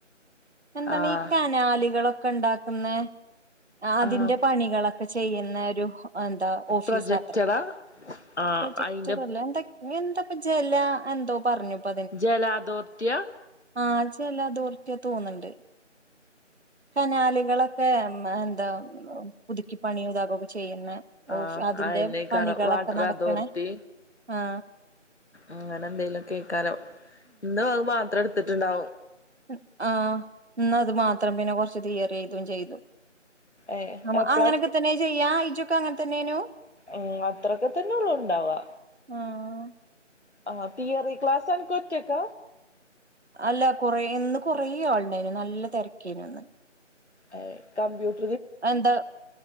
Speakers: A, on the right; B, on the left.
A: എന്താണ്
B: ആഹ്
A: കനാലുകൾ ഒക്- കണ്ടോ ഉണ്ടാക്കുന്നെ ആ അതിന്റ
B: ആഹ്
A: പണികൾ ഇപ്പോ ചെയ്യുന്നൊരു ഹോ അതെന്താ ഓഫീസ്ത്ര
B: പ്രൊജക്ടറാ ആഹ്
A: പ്രൊജക്റ്റ്‌ർല്ലേ
B: അയിന്റെ
A: എന്താ ഇപ്പ ജല എന്തോ പറഞ്ഞുപ്പ
B: ജലധോരിറ്റി ആ
A: ആ ജലധോരിറ്റി അത് തോന്ന്ണ്ട് കനാലുകൾ ഒക്കെ <unintelligible> പുതുക്കി പണിയും <unintelligible> ഓക്കേ ചെയ്യുന്ന
B: ആഹ്
A: ഓഫ്‌ അതിന്റ
B: അയന്നേക്കാരം
A: പണികൾ
B: വാട്ടർ
A: ഓക്കേ നടക്കണ
B: അതോറിറ്റി
A: ആ
B: അങ്ങനെ എന്താലും കേക്കലോ ഇന്ന് അത് മാത്രം എടുത്തു എടുത്തിട്ട്ണ്ടാവും
A: ഹ് ആ ഇന്ന് അത് മാത്രം പിന്നെ കുറച് തിയറി എഴുതുകയും ചെയിതു.
B: ഏഹ്
A: നമ്മ
B: എപ്പളാ
A: അങ്ങനെക്ക തന്നെ ചെയ്യാ ഇച്ചും നിക്ക് അങ്ങനെ തന്നെന്നു
B: മ്മ് അത്ര അത്ര തന്നെ ഉണ്ടാവാ
A: മ്മ്
B: ആ തിയറി ക്ലാസ്സ്‌ അനക്ക് ഒറ്റക്ക
A: അല്ല കൊറേന്ന് ഇന്ന് കൊറന്ന് ആളുണ്ടരുന്നു നല്ല തിരക്ക് അയിന്നു ഇന്ന്
B: ഏ കമ്പ്യൂട്ട-
A: അതെന്താ